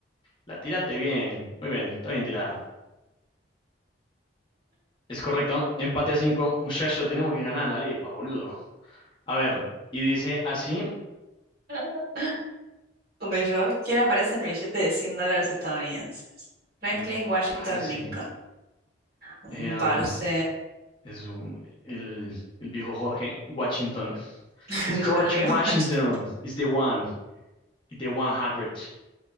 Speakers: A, on the left; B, on the right.
A: La tírate bien, muy bien, está bien tirada. Es correcto, empate a cinco muchacho, tenemos que ganar la arepa, boludo. A ver, y dice así,
B: <laughs> Un bello. ¿Quién aparece en el billete de 100 dólares estadounidenses? Franklin
A: uy,
B: Washington
A: parce,
B: Lincoln. Mm,
A: eh, ah,
B: Parce.
A: es un- el, el viejo Jorge Washington.
B: <laughs>
A: Es George
B: Jorge
A: Washington,
B: Washington.
A: is the one, the one hundred